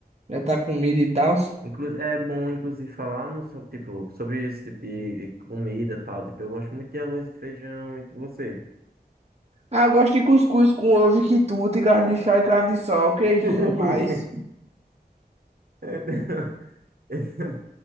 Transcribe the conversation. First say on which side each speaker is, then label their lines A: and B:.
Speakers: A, on the right; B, on the right.
A: Já tá comido e tal?
B: Inclu é bom, inclusive, falarmos sobre, tipo, sobre esse tipo de de comida e tal. Tipo, eu gosto muito de arroz e feijão. E você?
A: Ah, eu gosto de cuscuz com ovo e quitute, carne de chá e carne de sol, queijinho
B: <laughs>
A: e mais.
B: Eu, tam- <laughs> eu tam-